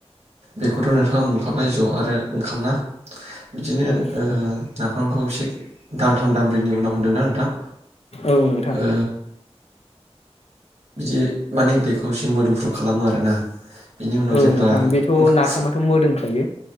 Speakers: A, on the right; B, on the left.
A: बेखौथ' नोंथाङा मोनखाबाय ज' आरो ओंखाम ना बिदिनो
B: औ
A: ओ नाफामखौ एसे दानथाम दामब्रैनि उनाव होनदोंना नोंथां?
B: औ नोंथां
A: ओ बिदि माने बेखौ एसे मोदोमफ्रु खालामो आरोना। बिनि उनाव
B: औ
A: जेब्ला
B: नोंथां बेथ' नाफामाथ'
A: फुं
B: मोदोमखायो